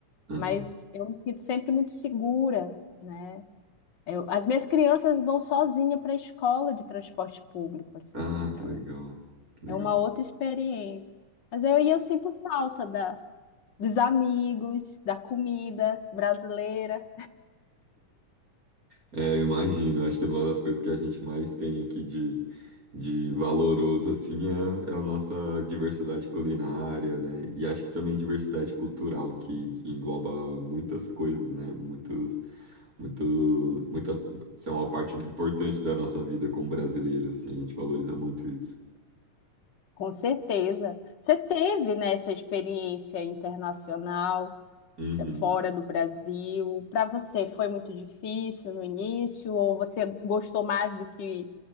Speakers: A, on the right; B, on the left.
A: uhum.
B: mas eu me sinto sempre muito segura, né? Eu- as minhas crianças vão sozinha para a escola de transporte público, assim.
A: Ah,
B: né?
A: que legal. Que
B: É
A: legal.
B: uma outra experiência. Mas eu, e eu sinto falta da, dos amigos, da comida brasileira.
A: É, eu imagino. Acho que uma das coisas que a gente mais tem aqui de, de valoroso, assim, é, é a nossa diversidade culinária, né? E acho que também diversidade cultural, que engloba muitas coisas, né? Muitos, muitos, muita, isso é uma parte importante da nossa vida como brasileiro, assim, a gente valoriza muito isso.
B: Com certeza. Você teve, né, essa experiência internacional,
A: Uhum.
B: se- fora do Brasil. Para você foi muito difícil no início, ou você gostou mais do que,